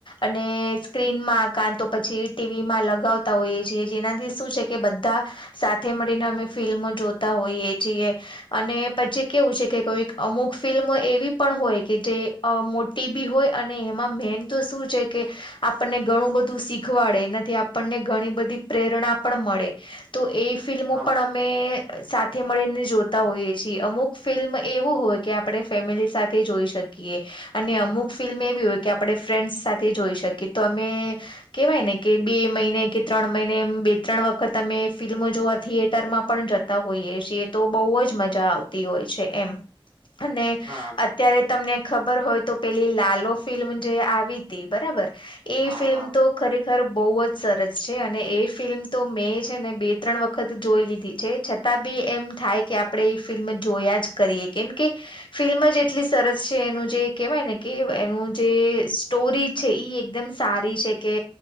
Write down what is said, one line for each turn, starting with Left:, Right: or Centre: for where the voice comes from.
Left: અને સ્ક્રીનમાં કા તો પછી ટીવીમાં લગાવતા હોઈએ છીએ જેનાથી શું છે કે બધા સાથે મળીને અમે ફિલ્મો જોતા હોઈએ છીએ. અને પછી કેવું છે કે કોઈક અમુક ફિલ્મ એવી પણ હોય કે જે અ મોટી બી હોય અને એમાં મેન તો શું છે કે આપણને ઘણું બધું શીખવાડે એનાથી આપણને ઘણી બધી પ્રેરણા પણ મળે તો એ ફિલ્મો
Right: હા
Left: પણ અમે સાથે મળીને જોતા હોઈએ છીએ અમુક ફિલ્મ એવું હોય કે આપણે ફેમિલી સાથે જોઈ શકીએ. અને અમુક ફિલ્મ એવી હોય કે આપણે ફ્રેન્ડસ સાથે જોઈ શકીએ તો અમે કેવાય ને કે બે મહિને કે ત્રણ મહિને એમ બે ત્રણ વખત અમે ફિલ્મો જોવા થિયેટરમાં પણ જતા હોઈએ છીએ તો બહુ જ મજા તી હોય છે એમ અને
Right: હા
Left: અત્યારે તમને ખબર હોય તો પેલી લાલો ફિલ્મ જે આવી તી બરાબર એ
Right: હા
Left: ફિલ્મ
Right: હા
Left: તો ખરેખર બહુ જ સરસ છે અને એ ફિલ્મ તો મેં છે ને બે ત્રણ વખત જોઈ લીધી છે છતાં બી એમ થાય કે આપણેે એ ફિલ્મ જોયા જ કરીએ કેમ કે ફિલ્મ જ એટલી સરસ છે એનું જે કેહેવાય ને કે એનું જે સ્ટોરી છે ઈ એકદમ સારી છે કે